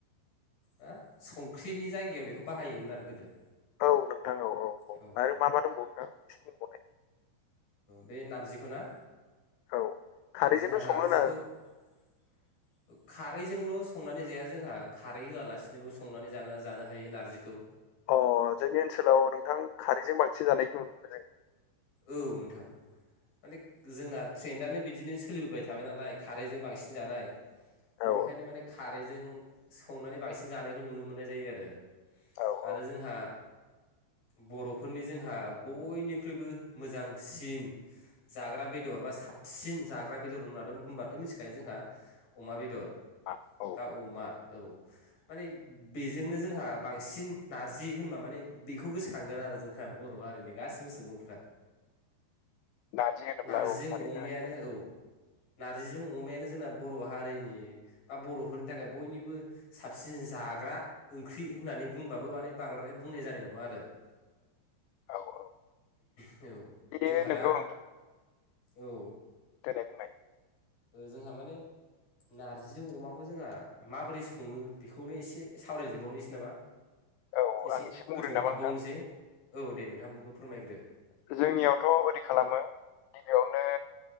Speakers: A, on the left; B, on the left.
A: हो संख्रिनि जायगायाव बेखौ बाहायोमोन आरो गोदो
B: औ नोंथां औ औ
A: औ
B: आरो मा मा दंबावो नोंथां एसे बुंबावनाय
A: बे नारजिखौना
B: औ खारैजोंथ'
A: जोंहा नारजिखौ
B: सङो ना
A: <inaudible> खारैजोंल संनानै जाया जोंहा खारै होआलासिनोबो संनानै जाना जानो हायो नारजिखौ
B: अ जोंनि ओनसोलाव नोंथां खारैजों बांसिन जानायखौ नुनो मोनो जोङो
A: औ नोंथां माने जोंना ट्रेन्डानो बिदिनो सोलिबोबाय थाबाय नालाय खारैजों बांसिन जानाय बेनिखायनो
B: औ
A: माने खारैजों संनानै बांसिन जानायखौ नुनो मोननाय जायो आरो
B: औ
A: आरो
B: औ
A: जोंहा बर'फोरनि जोंहा बयनिख्रुइबो मोजांसिन जाग्रा बेदर बा साबसिन जाग्रा बेदर होननानै होनबाथ' मिथिखायो जोंहा अमा बेदर
B: आ औ
A: दा अमा औ माने बेजोंनो जोंहा बांसिन नारजि होनबा माने बेखौ गोसोखांगोन आरो जोंहा बर' हारिनि गाससिबो सुबुंफ्रा
B: नारजि होनोब्ला
A: नारजिं
B: औ थारैनो
A: अमायानो
B: नंगौ नोंथां।
A: औ नारजिजों अमायानो जोंना बर' हारिनि बा बर'फोरनि थाखाय बयनिबो साबसिन जाग्रा ओंख्रि होननानै बुंबाबो माने बांद्राय बुंनाय जानाय नङा आरो <inaudible>
B: औ औ
A: औ
B: बेयो
A: जोंहा
B: नंगौ
A: दा औ
B: दे दे बुंनाय
A: ओ जोंहा माने नार्जिजों अमाखौ जोंहा माबोरै सङो बेखौनो एसे सावरायजोबबावनोसै नामा
B: औ
A: एसे
B: आं बुंग्रोनो
A: गोथौआव
B: नामा
A: हाबबावनोसै
B: नोंथां
A: औ दे नोंथांबो फोरमायग्रो
B: जोंनियावथ' ओरै खालामो गिबियावनो